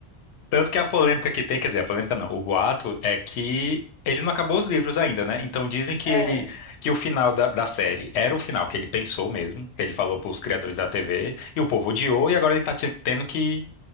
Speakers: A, on the left (about 80°); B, on the right (about 30°).
A: Tanto que a polêmica que tem, quer dizer, a polêmica não, o boato é que ele não acabou os livros ainda, né? Então dizem que
B: É,
A: ele,
B: é,
A: que o final da, da série era o final que ele pensou mesmo, que ele falou para
B: uhum,
A: os criadores da TV, e o povo odiou, e agora ele tá te- tendo que